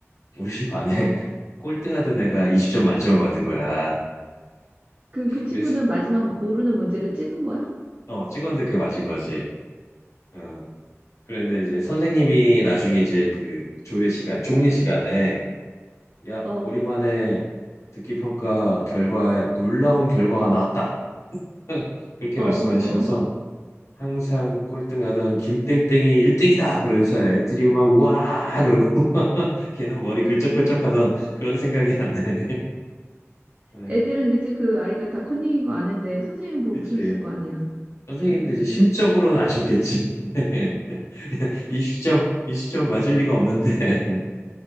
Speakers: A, on the left (about 75°); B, on the right (about 35°).
A: 우리 집 안에
B: 어.
A: <laughs> 꼴등하던 애가 20점 만점을 받은 거야.
B: 그, 그 친구는
A: 그래서
B: 마지막 모르는 문제를 찍은 거야?
A: 어 찍었는데 그게 맞은 거지. 어. 그런데 이제 선생님이 나중에 이제 그 조회 시간, 종례 시간에 야,
B: 어,
A: 우리만의 듣기 평가 결과에 놀라운 결과가 나왔다. <laughs> 그렇게
B: 어,
A: 말씀하시면서
B: 어.
A: 항상 꼴등하던 김땡땡이 1등이다. 그러면서 애들이 막 우와 그러고 <laughs> 걔는 머리 글쩍글쩍하던 그런 생각이 나네. <laughs> 에,
B: 애들은 그치 그 아이가 다 컨닝인 거 아는데 선생님 모르셨을
A: 그치.
B: 거 아니야.
A: 선생님도
B: 음.
A: 이제 심적으로는 아셨겠지. <laughs> 이 시점, 이 시점 맞을 리가 없는데. <laughs>